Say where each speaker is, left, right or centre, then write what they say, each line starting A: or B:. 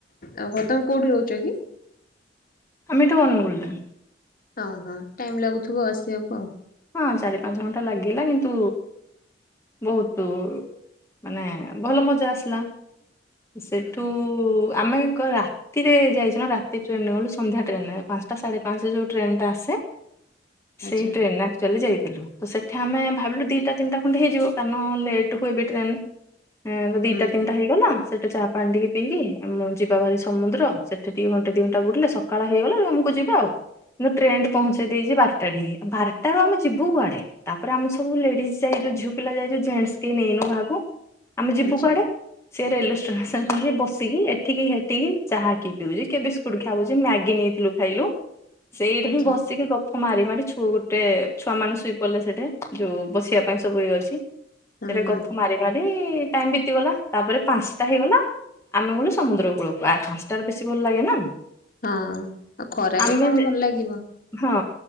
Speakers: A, on the left (about 50°); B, on the left (about 15°).
A: ଆ ହୋ ତମେ କୋଉଠି ରହୁଛ କି?
B: ଆମେଠୁ ଅନଗୁଲ ରେ ।
A: ହଁ ହଁ ଟାଇମ ଲାଗୁଥିବ ଆସିବାକୁ ଆଉ ।
B: ହଁ ଚାରି ପାଞ୍ଚ ଘଣ୍ଟା ଲାଗିଲା କିନ୍ତୁ ବହୁତ ମାନେ ଭଲ ମଜା ଆସିଲା । ସେଠୁ
A: ହୁଁ ହୁଁ
B: ଆମେ କ ରାତିରେ ଯାଇଛୁ ନା ରାତି ଟ୍ରେନ୍ ରେ ଗଲୁ ସନ୍ଧ୍ୟା ଟ୍ରେନ୍ ରେ ପାଞ୍ଚଟା ସାଢ଼େ ପାଞ୍ଚରେ ଯୋଉ ଟ୍ରେନଟା ଆସେ ।
A: ଆଚ୍ଛା
B: ସେଇ ଟ୍ରେନ ନା ଯାଇଥିଲୁ ତ ସେଠି ଆମେ ଭାବିଲୁ ଦିଟା ତିନିଟା ଖଣ୍ଡେ ହେଇଯିବ କାରଣ ଲେଟ୍ ହୁଏ ବି ଟ୍ରେନ । ଏଁ ଦିଟା
A: ହୁଁ
B: ତିନିଟା
A: ହୁଁ
B: ହେଇ ଗଲା ସେଟୁ ଚା ପାଣି ଟିକେ ପିଇକି ଆମେ ଯିବା ଭାରି ସମୁଦ୍ର ସେଠି ଟିକେ ଘଣ୍ଟେ ଦି ଘଣ୍ଟା ବୁଲିଲେ ସକାଳ ହେଇଗଲା ରୁମ୍ କୁ ଯିବା ଆଉ । ଇଲୋ ଟ୍ରେନ ଟି ପହଞ୍ଚେଇ ଦେଇଛି ବାରଟା ଠିକ୍ ବାରଟା । ତାରୁ ଆମେ ଯିବୁ କୁଆଡେ ତାପରେ ଆମେ ସବୁ ଲେଡିଜ ଯାଇଛୁ ଝିଅ ପିଲା ଯାଇଛୁ ଜେଣ୍ଟସ କେହି ନେଇନୁ କାହାକୁ । ଆମେ ଯିବୁ
A: ଆଚ୍ଛା
B: କୁଆଡେ ସେ ରେଲୱେ ଷ୍ଟେସନ । ରେ ବସିକି ଏଠିକି ହେଠିକି ଚାହା କିଏ ପିଉଛି କିଏ ବିସ୍କୁଟ ଖାଉଛି ମ୍ୟାଗି ନେଇଥିଲୁ ଖାଇଲୁ। ସେଇଟି
A: ଆଚ୍ଛା
B: ହିଁ ବସିକି ଗପ ମାରି ମାରି ଛୁ ଗୋଟେ ଛୁଆମାନେ ଶୋଇ ପଡ଼ିଲେ ସେଠେ ଯୋଉ ବସିବା ପାଇଁ ସବୁ ଇଏ ଅଛି ସେଟେ
A: ହୁଁ ହୁଁ
B: ଗପ
A: ହଁ।
B: ମାରି ମାରି ଟାଇମ ବିତିଗଲା । ତାପରେ ପାଞ୍ଚଟା ହେଇଗଲା ଆମେ ଗଲୁ ସମୁଦ୍ର କୂଳକୁ ଆ ପାଞ୍ଚଟାରେ ବେଶୀ ଭଲ ଲାଗେ ନା।
A: ହଁ ଆଉ ଖରାରେ
B: ଆମେ
A: କଣ
B: ଯେ-
A: ଭଲ ଲାଗିବ।
B: ହଁ